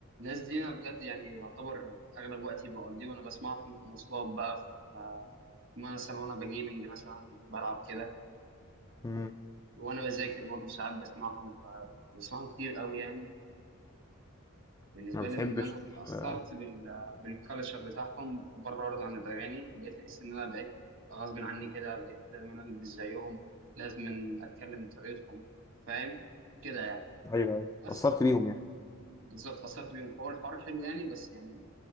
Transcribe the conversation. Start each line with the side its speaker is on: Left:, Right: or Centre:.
Right: دي انا بجد يعني يعتبر اغلب وقتي بقضيه وانا بسمعهم في مواصلات بقى في آه، مثلا وانا بجيمنج مثلا بلعب كده
Left: مم.
Right: وانا بذاكر برضه ساعات بسمعهم فبسمعهم كتير قوي يعني بالنسبه
Left: ما بتحبش
Right: لي ان انا اتاثرت
Left: آه،
Right: بال بالكالتشر بتاعهم بره وارد عن الاغاني بقيت احس ان انا بقيت غصب عني كده بقيت لازم انا البس زيهم لازم اتكلم بطريقتهم فاهم كده يعني
Left: ايوه ايوه
Right: بس
Left: اتأثرت بيهم يعني
Right: بالظبط اتاثرت بيهم فهو الحوار حلو يعني بس يعني